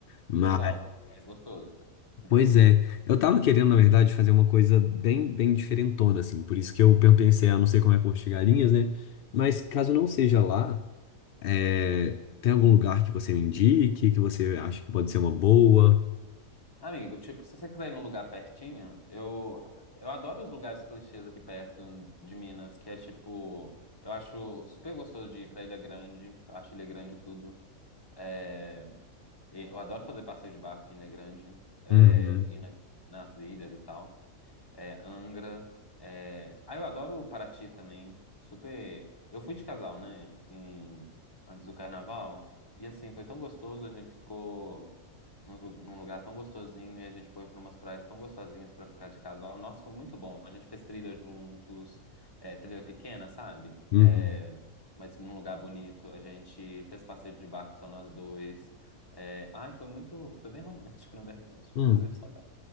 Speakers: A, on the left; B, on the left.
A: Mas
B: total. É mais gostoso mesmo. Hum.
A: Pois é, eu tava querendo, na verdade, fazer uma coisa bem, bem diferentona, assim, por isso que eu pensei, ah, não sei como é Porto de Galinhas, né? Mas caso não seja lá, é, tem algum lugar que você me indique, que você acha que pode ser uma boa?
B: Amigo, tipo, se você quiser ir num lugar pertinho, eu, eu adoro os lugares clichês aqui perto de Minas, que é tipo, eu acho super gostoso de ir pra Ilha Grande, eu acho Ilha Grande tudo. É, eu adoro fazer passeio de barco em Ilha Grande, é,
A: Uhum,
B: ir na- nas ilhas e tal. é, Angra. É... Ah, eu adoro Paraty também. Super. Eu fui de casal, né? em- Antes do carnaval. E assim, foi tão gostoso. A gente ficou nos lu- num lugar tão gostosinho. E a gente foi para umas praias tão gostosinhas para ficar de casal. Nossa, foi muito bom. A gente fez trilha juntos. é, trilha pequena, sabe?
A: uhum,
B: É, mas num lugar bonito. A gente fez passeio de barco só nós dois. É, Ai, foi muito. Foi bem romântico, <laughs> na verdade.
A: hum.
B: Inclusive, saudade.